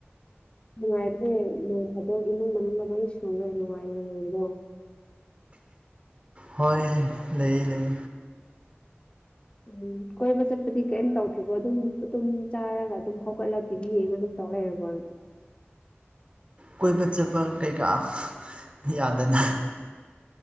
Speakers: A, on the left; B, on the right.
A: ꯅꯨꯡꯉꯥꯏꯕ꯭ꯔꯦ ꯅꯣꯡ ꯐꯥꯗꯣꯛ ꯏꯃꯨꯡ ꯃꯅꯨꯡ ꯂꯣꯏ ꯁꯨꯔꯣꯏ ꯅꯨꯡꯉꯥꯏꯔ ꯂꯩꯗꯣ
B: ꯍꯣꯏ ꯂꯩ ꯂꯩ
A: ꯎꯝ ꯀꯣꯏꯕ ꯆꯠꯄꯗꯤ ꯀꯩꯝ ꯇꯧꯗ꯭ꯔꯤꯕꯣ ꯑꯗꯨꯝ ꯐꯨꯇꯨꯝ ꯆꯥꯔꯒ ꯑꯗꯨꯝ ꯍꯧꯒꯠꯂ ꯇꯤꯚꯤ ꯌꯦꯡꯉꯒ ꯑꯗꯨꯝ ꯇꯂ ꯄꯅꯤ
B: ꯀꯣꯏꯕ ꯆꯠꯄ ꯀꯩꯀꯥ ꯌꯥꯗꯅ